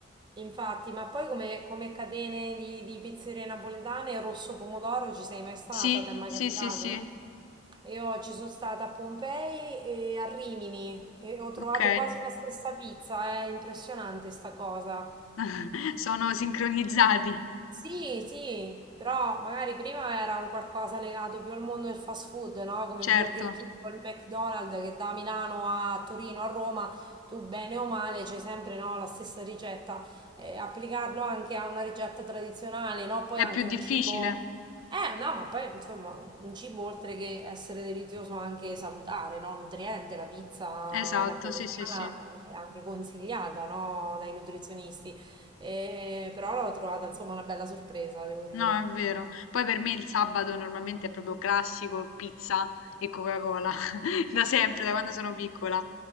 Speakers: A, on the right; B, on the left.
A: Infatti, ma poi come, come catene di, di pizzerie napoletane, Rosso Pomodoro ci sei mai stata?
B: Sì,
A: Ti è mai
B: sì,
A: capitato?
B: sì, sì,
A: Io ci sono stata a Pompei e a Rimini e ho trovato
B: ok.
A: quasi la stessa pizza, è impressionante sta cosa.
B: <laughs> Sono sincronizzati,
A: Sì, sì, però magari prima era un qualcosa legato più al mondo del fast food, no? Come
B: certo,
A: il Burger King o il McDonald's che da Milano a Torino a Roma, tu bene o male c'hai sempre, no, la stessa ricetta. Eh, applicarlo anche a una ricetta tradizionale, no? Poi
B: è
A: anche
B: più difficile.
A: a un cibo... Eh, no, ma poi insomma, un cibo oltre che essere delizioso anche salutare, no? Nutriente, la pizza
B: Esatto,
A: napoletana
B: sì, sì, sì.
A: è anche consigliata, no? Dai nutrizionisti. E- però l'ho trovata insomma una bella sorpresa, devo dire.
B: No, è vero. Poi per me il sabato normalmente è proprio classico, pizza e Coca-Cola, <laughs> da sempre, da quando sono piccola.